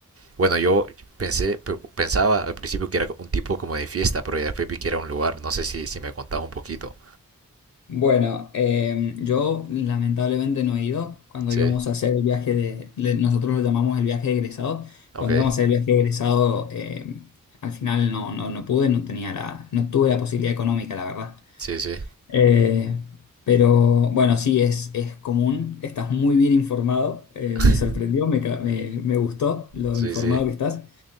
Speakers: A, on the right; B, on the left.
A: bueno, yo pensé, pe- pensaba al principio que era un tipo como de fiesta, pero ya después vi que era un lugar. No sé si, si me contabas un poquito.
B: Bueno, eh, yo lamentablemente no he ido. Cuando
A: Sí,
B: íbamos a hacer el viaje de, le- nosotros lo llamamos el viaje de egresado.
A: ok,
B: Cuando íbamos a hacer el viaje de egresado, eh, al final no, no, no pude, no tenía la, no tuve la posibilidad económica, la verdad.
A: sí, sí,
B: Eh, pero bueno, sí, es, es común. Estás muy bien informado. Eh,
A: <laughs>
B: me sorprendió, me, ca- me, me gustó lo
A: sí,
B: informado
A: sí,
B: que estás.